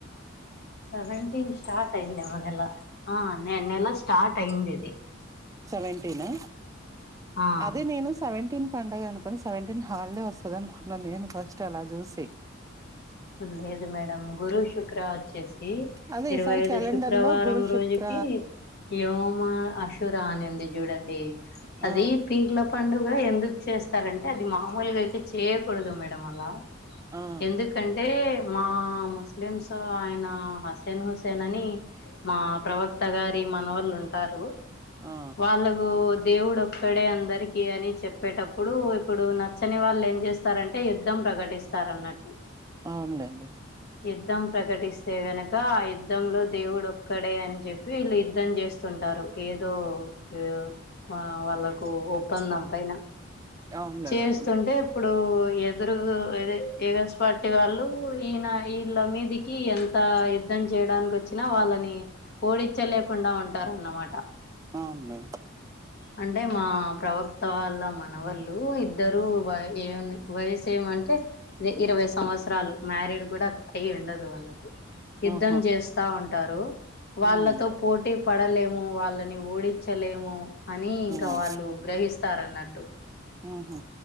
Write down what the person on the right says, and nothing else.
సెవెంటినా
అదీ నేను సెవెంటీన్ పడుగ అను కొని సెవెంటిన్ హాల్డే వస్తది అనుకున్నా నేను ఫస్ట్ అలా జూసి
అదే
ఈసారి
క్యాలెండర్‌లో
గురు,
శుక్ర
ఆ!
ఆ!
ఆ!
ఔన్లేండి
అవునులే
మేడం.
ఔన్లే
ఆహా!
హ్మ్.
హ్మ్.
ఊ హూ